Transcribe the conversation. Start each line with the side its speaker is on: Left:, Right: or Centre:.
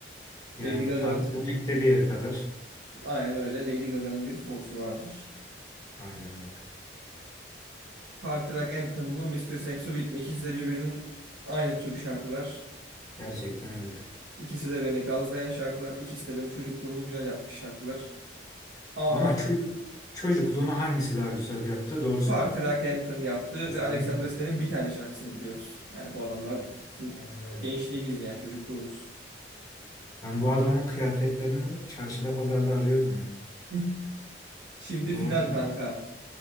Left: Yani
Right: Lady Gaga'nın
Left: partilemek
Right: bir
Left: de bir yere kadar.
Right: aynen öyle Lady Gaga'nın bir force'u vardır.
Left: Aynen öyle.
Right: Party Rock Anthem mı Mr. Saxo Beat mi? İkisi de birbirinin aynı tür şarkılar.
Left: Gerçekten öyle.
Right: İkisi de beni gazlayan şarkılar. İkisi de benim çocukluğumu güzel yapmış şarkılar. Ama
Left: Ama çocuk, çocukluğunu hangisi daha güzel yaptı? Doğru söyle.
Right: Party Rock Anthem yaptı
Left: Kesinlikle.
Right: ve Alexandra Stan'in bir tane şarkısını biliyoruz. Yani bu adamlar
Left: Evet.
Right: bizim
Left: Aynen öyle.
Right: gençliğimiz yani çocukluğumuz.
Left: Ben bu adamın kıyafetlerini çarşıda pazarda arıyordum ya.
Right: <laughs> Şimdi
Left: Bulamadım
Right: final kanka.
Left: da.